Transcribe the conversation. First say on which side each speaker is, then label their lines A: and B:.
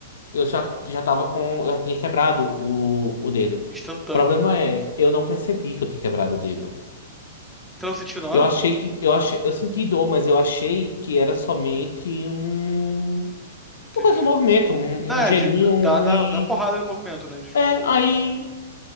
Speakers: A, on the left; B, in the centre.
A: eu já, já tava com. Eu já tinha quebrado o, o dedo. O
B: Instantâneo.
A: problema
B: né?
A: é, eu não percebi que eu tinha quebrado o dedo.
B: Você não sentiu na hora?
A: Eu achei que. Eu achei, eu senti dor, mas eu achei que era somente um.
B: Entendi.
A: Uma coisa, um movimento, um,
B: Não, é,
A: um gelinho
B: de,
A: um,
B: da, da,
A: e.
B: da porrada no movimento, né? De, tipo.
A: É, aí.